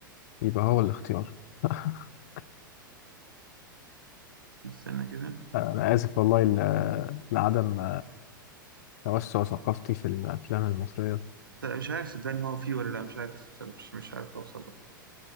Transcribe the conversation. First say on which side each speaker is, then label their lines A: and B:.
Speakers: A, on the left; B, on the right.
A: يبقى هو الاختيار <laughs>
B: استنى كده
A: انا اسف والله ل- لعدم توسع ثقافتي في الافلام المصريه
B: لا، مش عارف صدقني هو فيه ولا لا مش عارف صدقني، مش مش عارف اوصل لك